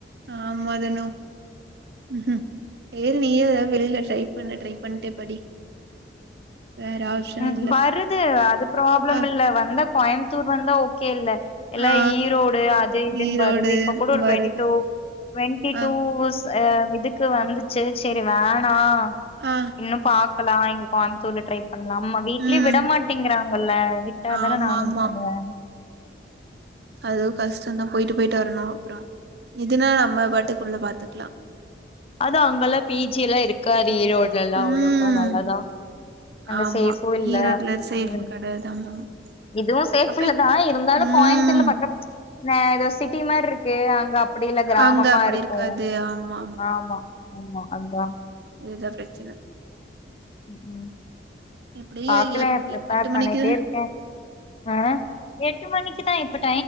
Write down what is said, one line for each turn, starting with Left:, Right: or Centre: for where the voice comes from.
Right: ஆமாதுனும் உம்ம் ஏ நீயாவ வெளில ட்ரை பண்ண ட்ரை பண்ணிட்டே படி வேற ஆப்ஷன்
Left: ம்க்கும்
Right: இல்ல
Left: வருது அது ப்ராப்ளம்
Right: ஆ
Left: இல்ல வந்தா கோயம்பத்தூர் வந்தா ஓகே இல்ல எல்லாம்
Right: ஆ
Left: ஈரோடு அது இதுன்னு
Right: ஈரோடு
Left: வறது இப்ப கூட ஒரு
Right: வருது
Left: டுவெண்டி டூ டவெண்டிடூ
Right: ஆ
Left: ஹ இதுக்கு வந்துச்சு சரி வேணாம்
Right: ஆ
Left: இன்னும் பாக் க்கலா இங்க கோயமுத்தூர்ல ட்ரை பண்ணலாம் அம்மா வீட்லயே
Right: ம்
Left: விட மாட்டேங்கிறாங்கல்ல விட்டாதான
Right: ஆமா
Left: நானும்
Right: ஆமா
Left: இது பண்ணுவேன்
Right: அதுவு கஷ்டம்தா போயிட்டு போயிட் ர்ணும் அப்புறம் இதுனா நம்ம பாட்டுக்குள்ள பாத்துக்கலாம்
Left: அது அவங்க எல்லாம் பிஜி எல்லாம் இருக்கா ஈரோட்ல எல்லாம்
Right: ம்
Left: அவ்ளோக்கா நல்லாதான் அங்க
Right: ஆமா
Left: சேஃபும் இல்ல
Right: ஈரோட்ல சேஃப்
Left: உம்
Right: கெடையாது ஆமாமா
Left: இதுவும் சேஃப்
Right: அப்ப
Left: இல்லதா இருந்தாலு
Right: ம்
Left: கோயம்பத்தூர்ல பக்கம் நா ஏதோ சிட்டி மாரி இருக்கு அங் அங்க அப்டி இல்ல கிராமமா
Right: அங்க அப்டி
Left: இருக்கும்
Right: இருக்காது ஆமா
Left: ஆமா ஆமா அதான்
Right: எதா பிரச்சனை
Left: உம் உம்
Right: எப்டியு
Left: பாக்கலன்
Right: எப்
Left: ப்ரிப்பேர்
Right: எட்டு மணிக்கு
Left: பண்ணிட்டே இருக்கேன் ஆஹ் எட்டு மணிக்கு <unintelligible>